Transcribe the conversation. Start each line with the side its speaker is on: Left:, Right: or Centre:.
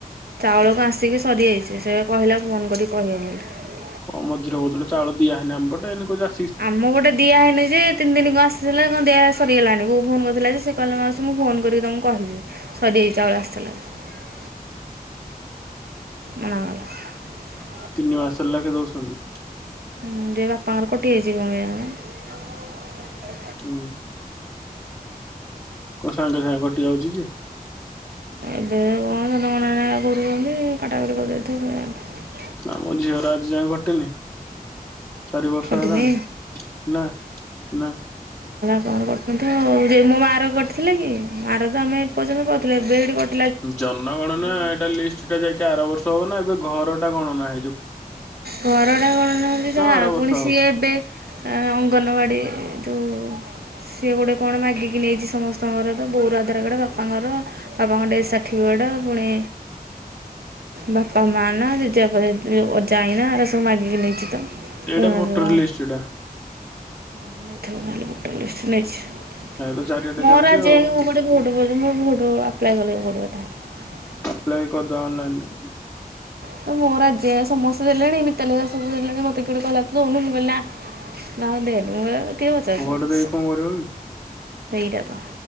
Right: ଚାଉଳକୁ ଆସିକି ସରିଯାଇଚି ସିଏ କହିଲା ଫୋନ କରିକି କହେ ବୋଲି।
Left: କ ମଝିରେ କୋହୁଥିଲୁ ଚାଉଳ ଦିଆଇନି ଆମ ପଟେ ଏଇନେ କୋହୁଚୁ ଯା
Right: ଆମ ପଟେ ଦିଆ ହେଇନି ଯେ ତିନି ଦିନି କ ଆସିଥିଲା। କନ୍ତି ସରିଗଲାଣି ବୋଉ ଫୋନ କରିଥିଲା ଯେ ସିଏ କହିଲା ମାଉସୀ ମୁଁ ଫୋନ କରିକି ତମକୁ କହିବି ସରିଯାଇଛି ଆସିଥିଲା ଯା। ମନା କଲା।
Left: ତିନି ମାସ ଲାଖେ ଦୋଉଛନ୍ତି?
Right: ହୁଁ ଯେ ବାପାଙ୍କର କଟିଯାଇଚି କଣ କେଇଁଆଣି।
Left: ହୁଁ। କୋ ସାଙ୍ଗେ ସାଙ୍ଗେ କଟି ଯାଉଚି କି?
Right: ଏବେ କଣ ଜନଗଣନା କରୁଚନ୍ତି କାଟାକଟି କରିଦେଇଥିବ କେଜାଣି।
Left: ଆମ ଝିଅର ଆଜି ଯାଏ କଟିନି। ଚାରି ବର୍ଷ
Right: କଟିନି
Left: ହେଲାଣି ନା ନା।
Right: ଫୋନ୍ କରୁଚନ୍ତି ଆଉ ଯେ ମୋ ମାର କଟିଥିଲା କି ମାର ତ ଆମେ ପର୍ଯ୍ୟନ୍ତ କରିଥିଲୁ ଏବେ କଟି
Left: ଜନଗଣ ନା ଏଇଟା ଲିଷ୍ଟ ଟା ଯାଇକି ଆର ବର୍ଷ ହବ ନା ଏବେ ଘର ଟା କଣ ନାଁ
Right: ଘର ଟା କଣ ନାହାନ୍ତି ତ
Left: ଆର ବର୍ଷ
Right: ପୁଣି ସିଏ
Left: ହବ
Right: ଏବେ ଆଁ ଅଙ୍ଗନବାଡ଼ି ଯୋଉ ସିଏ ଗୋଟେ କଣ ମାଗିକି ନେଇଚି ସମସ୍ତଙ୍କର ବୋର ଆଧାର କାର୍ଡ ବାପାଙ୍କର ବାପାଙ୍କ ଡେଥ ସାର୍ଟିଫି ଡ଼ ଫୁଣି ବାପା ମା ନା ଜେଜେବାପା ଅଜା ଆଈ ନା ସବୁ ମାଗିକି ନେଇଚି ତ। ପୁଣି
Left: ଏଇଟା ଭୋଟର
Right: ଆଉଥରେ କ'ଣ
Left: ଲିଷ୍ଟଟା।
Right: ହଁ ନେଇଥିବ ତାହାଲେ ଭୋଟର ଲିଷ୍ଟ ନେଇଚି।
Left: ଏ ତ ଚାରିଆଟେ
Right: ମୋର
Left: ଚାଲିଛି
Right: ଆଜି
Left: ଆଉ
Right: ଜାଙ୍କେ ମୁଁ ଗୋଟେ ଭୋଟ ପରିଚ ମୋର ଭୋଟ ଆପ୍ଲାଏ କରିବାକୁ ପଡିବ ତାହେଲେ।
Left: ଏପଲଇ କରିଦିଅ ଅନଲାଇନ୍ ରେ।
Right: ତ ମୋର ଆଜି ଯାଏଁ ସମସ୍ତେ ଦେଲେଣି ମିତାଲି ହେଇକା ସବୁ ଦେଲେଣି। ମତେ କିଏ ଗୋଟେ କହିଲା ତୁ ଦୋଉନୁ ମୁଁ କହିଲି ନା ନା ତୁ ଦେନ୍ ମୁଁ ହେ କିଏ ପଚାରୁଚି
Left: ଭୋଟ
Right: ମ ହେ
Left: ଦେଇ
Right: ସେ।
Left: କଣ କରିବ କି
Right: ସେଇଟା ତ